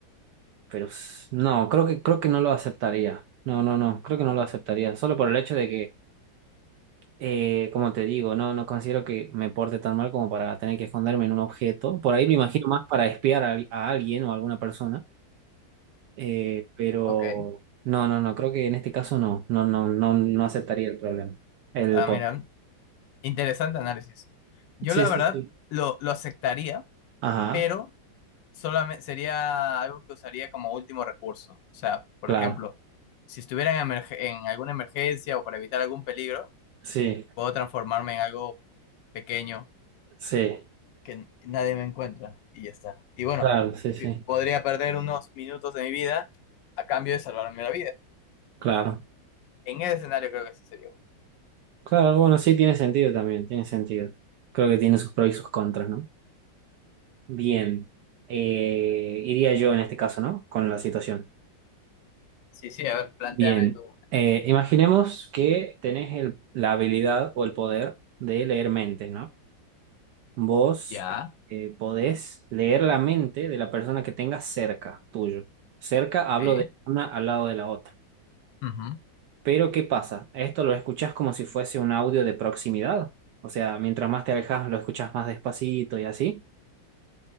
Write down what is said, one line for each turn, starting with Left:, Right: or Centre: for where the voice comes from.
Right: pero s- no, creo que, creo que no lo aceptaría. No, no, no, creo que no lo aceptaría, solo por el hecho de que, eh, como te digo, no, no considero que me porte tan mal como para tener que esconderme en un objeto. Por ahí lo imagino más para espiar a, al- a alguien o a alguna persona Eh, pero
Left: Ok.
Right: no, no, no, creo que en este caso no, no, no, no, no aceptaría el problema. El
Left: Ah,
Right: pot.
Left: mira, interesante análisis. Yo
Right: Sí,
Left: la
Right: sí,
Left: verdad
Right: sí.
Left: lo, lo aceptaría,
Right: Ajá,
Left: pero solamente sería algo que usaría como último recurso. O sea, por
Right: claro.
Left: ejemplo, si estuviera en, emerge- en alguna emergencia o para evitar algún peligro,
Right: Sí,
Left: puedo transformarme en algo pequeño
Right: sí,
Left: que nadie me encuentra y ya está. Y bueno,
Right: claro, sí, sí.
Left: pi- podría perder unos minutos de mi vida a cambio de salvarme la vida.
Right: Claro.
Left: En ese escenario creo que ese sería. bueno.
Right: Claro, bueno, sí tiene sentido también, tiene sentido. Creo que tiene sus pros y sus contras, ¿no? Bien. Eh, iría yo en este caso, ¿no? Con la situación.
Left: Sí, sí, a ver, planteame
Right: Bien.
Left: tú.
Right: Eh, imaginemos que tenés el- la habilidad o el poder de leer mentes, ¿no? Vos
Left: Ya,
Right: eh, podés leer la mente de la persona que tengas cerca tuyo. Cerca hablo
Left: sí,
Right: de una al lado de la otra.
Left: ujú,
Right: Pero ¿qué pasa? Esto lo escuchás como si fuese un audio de proximidad. O sea, mientras más te alejas, lo escuchás más despacito y así.